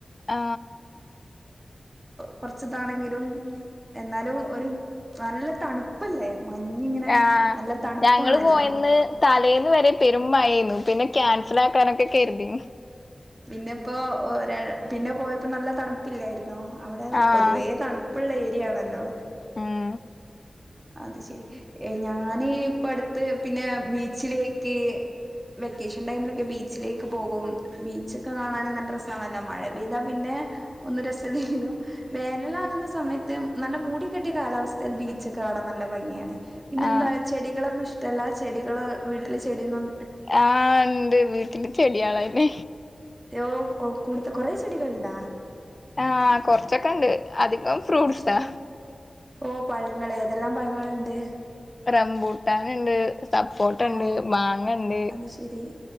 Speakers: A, on the left; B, on the right.
A: ആ
B: കുറച്ചതാണെങ്കിലും എന്നാലും ഒരു നല്ല തണുപ്പല്ലേ മഞ്ഞിങ്ങനെ
A: ആ
B: നല്ല തണുപ്പാണല്ലോ
A: ഞങ്ങള് പോയന്ന് തലേന്ന് വരെ പെരും മഴയാരുന്നു പിന്നെ ക്യാൻസൽ ആക്ക് കാനക്കെക്ക കരുതി
B: പിന്നെ ഇപ്പോ, പിന്നെ പോയപ്പോ നല്ല തണുപ്പില്ലായിരുന്നു. അവിടെ
A: ആഹ്
B: പൊതുവേ തണുപ്പുള്ള ഏരിയയാണല്ലോ
A: ഉം
B: അത് ശരി ഞാന് ഇപ്പ അടുത്ത് പിന്നെ ബീച്ചിലേക്ക് വെക്കേഷൻ ടൈമിലൊക്കെ ബീച്ചിലേക്ക് പോകും. ബീച്ചൊക്കെ കാണാനും നല്ല രസമാണല്ലൊ, മഴ പെയ്താ പിന്നെ ഒന്ന് രസില്ലല്ലോ, വേനല ആകുന്ന സമയത്ത് നല്ല മൂടിക്കെട്ടിയ കാലാവസ്ഥയിൽ ബീച്ചൊക്കെ കാണാൻ നല്ല ഭംഗിയാണ് പിന്നെ
A: ആഹ്
B: എന്താ ചെടികളൊന്നും ഇഷ് എല്ലാ ചെടികളും വീട്ടിൽ ചെടിയാന്നും
A: ആ, ഇണ്ട് വീട്ടില് ചെടികളാണ്
B: ഓ കൂടുത്ത കുറെേ ചെടികൾുണ്ടാ
A: ആ, കൊറച്ചൊക്കെ ഇണ്ട് അധികം ഫ്രൂട്ട്സാ.
B: അത് ശരി ഓ പഴങ്ങള് ഏതെല്ലാം പഴങ്ങളുണ്ട്.
A: റമ്പൂട്ടാൻ ഉണ്ട്, സപ്പോട്ട ഉണ്ട്,
B: ഓ
A: മാങ്ങ ഉണ്ട്
B: അത് ശെരി